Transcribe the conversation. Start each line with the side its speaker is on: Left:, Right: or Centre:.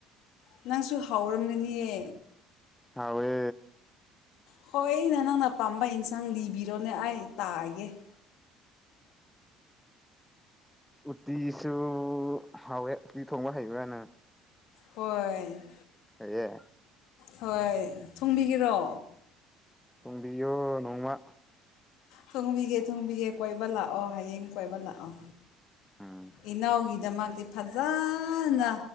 Left: ꯅꯪꯁꯨ ꯍꯥꯎꯔꯝꯒꯅꯤꯑ
Centre: ꯍꯋꯦ
Left: ꯍꯣꯏ ꯑꯩꯅ ꯅꯪꯅ ꯄꯥꯝꯕ ꯏꯟꯁꯥꯡ ꯂꯤꯕꯤꯔꯣꯅꯦ ꯑꯩ ꯇꯥꯛꯑꯒꯦ <unintelligible>
Centre: ꯎꯇꯤꯁꯨ ꯍꯥꯎꯋꯦ ꯎꯇꯤ ꯊꯣꯡꯕ ꯍꯩꯕꯅ
Left: ꯍꯣꯏ
Centre: ꯍꯌꯦꯦ
Left: ꯍꯣꯏ ꯊꯨꯡꯕꯤꯒꯔꯣ
Centre: ꯊꯣꯡꯕꯤꯌꯣ ꯅꯣꯡꯃ
Left: ꯊꯣꯡꯕꯤꯒꯦ ꯊꯣꯡꯕꯤꯒꯦ ꯀꯣꯏꯕ ꯂꯥꯛꯑꯣ ꯍꯌꯦꯡ ꯀꯣꯏꯕ ꯂꯥꯛꯑꯣ
Centre: ꯎꯝ
Left: ꯏꯅꯥꯎꯒꯤꯗꯃꯛ ꯑꯗꯨꯗꯤ ꯐꯖꯅ